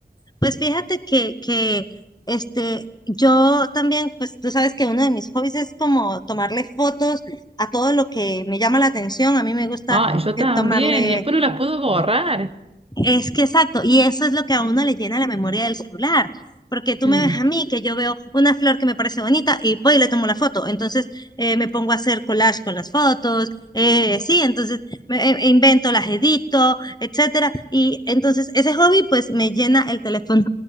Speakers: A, on the left; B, on the right.
A: pues fíjate que, que este, yo también, pues tú sabes que uno de mis hobbies es como tomarle fotos a todo lo que me llama la atención. A mí me gusta
B: Ah, yo
A: eh,
B: también,
A: tomarle
B: y después no las puedo borrar.
A: Es que exacto, y eso es lo que a uno le llena la memoria del celular, porque tú
B: Mm.
A: me ves a mí que yo veo una flor que me parece bonita y voy y le tomo la foto, entonces eh, me pongo a hacer collage con las fotos, eh, sí, entonces me, eh, e invento, las edito, etcétera, y entonces ese hobby pues me llena el teléfono